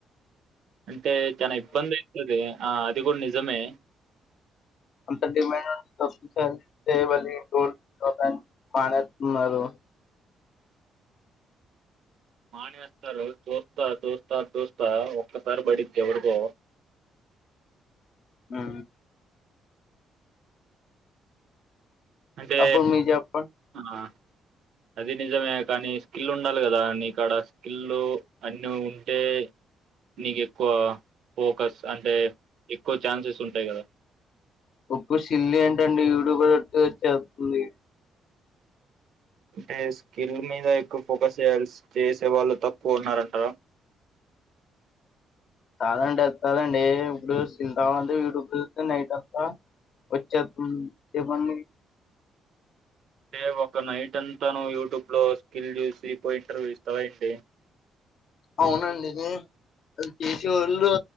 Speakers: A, on the right; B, on the left.
A: అంటే చానా ఇబ్బంది అయితది. ఆ అది కూడా నిజమే.
B: అంత డిమాండ్ వస్తే సేవలు గోల్డ్ స్టం పానే ఉన్నారు
A: మానేస్తారు చూస్తా చూస్తా చూస్తా ఒక్కసారి పడిద్ది ఎవరికో బ్లాంక్
B: అ
A: అంటే
B: అప్పుడు మీరు చెప్పండి
A: ఆ అది నిజమే కానీ స్కిల్ ఉండాలి కదా. నీకాడ స్కిల్ అన్ని ఉంటే నీకు ఎక్కువ ఫోకస్ అంటే ఎక్కువ ఛాన్సెస్ ఉంటాయి కదా.
B: ఉప్పు సిల్లి ఏంటండి యూట్యూబ్ లో కొడితే వచ్చేస్తుంది.
A: అంటే స్కిల్ మీద ఎక్కువ ఫోకస్ చేయాల్సి చేసే వాళ్ళు తక్కువ ఉన్నారంటా.
B: కాదండి అదికాదండి. ఇప్పుడు సిల్తా అంత ఇప్పుడు నైట్ అంతా వచ్చేతున్ ఇవన్నీ
A: అంటే ఒక నైటంత నువు యూట్యూబ్ లో స్కిల్ చూసి పోయి ఇంటర్వ్యూ ఇస్తావఏంటి. బ్లాంక్
B: అవునండి నిజమే చేసేవాళ్ళు